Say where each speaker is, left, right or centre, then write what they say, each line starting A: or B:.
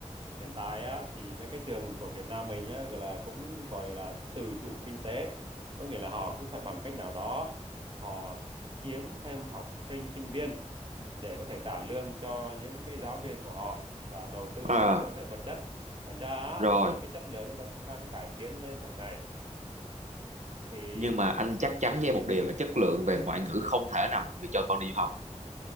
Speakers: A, on the right; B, on the right.
A: hiện tại á thì mấy cái trường của Việt Nam mình nhá gọi là cũng gọi là tự chủ kinh tế có nghĩa là họ cũng phải bằng cách nào đó họ kiếm thêm học sinh sinh viên để có thể trả lương cho những cái giáo viên của họ và đầu tư
B: à,
A: cho cơ sở vật chất thành ra á,
B: rồi
A: là cái chất lượng nó đang, đang cải tiến lên hàng ngày thì
B: nhưng mà anh chắc chắn với em một điều là chất lượng về ngoại ngữ không thể nào bị cho con đi du học